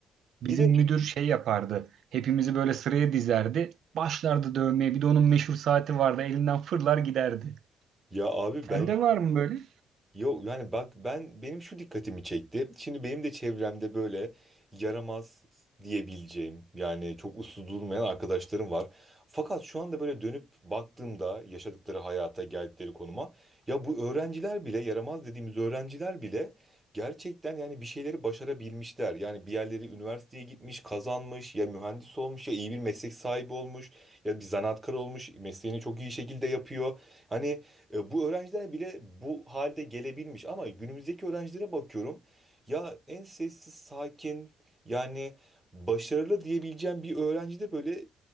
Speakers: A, on the right; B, on the right.
A: Bizim
B: Bir de
A: müdür şey yapardı. Hepimizi böyle sıraya dizerdi. Başlardı dövmeye. Bir de onun meşhur saati vardı. Elinden fırlar giderdi.
B: ya abi
A: Sende
B: ben
A: var mı böyle?
B: Yok yani bak ben benim şu dikkatimi çekti. Şimdi benim de çevremde böyle yaramaz diyebileceğim yani çok uslu durmayan arkadaşlarım var. Fakat şu anda böyle dönüp baktığımda yaşadıkları hayata geldikleri konuma ya bu öğrenciler bile yaramaz dediğimiz öğrenciler bile gerçekten yani bir şeyleri başarabilmişler. Yani bir yerleri üniversiteye gitmiş, kazanmış ya mühendis olmuş ya iyi bir meslek sahibi olmuş ya bir zanaatkar olmuş mesleğini çok iyi şekilde yapıyor. Hani e, Bu öğrenciler bile bu halde gelebilmiş ama günümüzdeki öğrencilere bakıyorum. Ya en sessiz, sakin yani başarılı diyebileceğim bir öğrencide böyle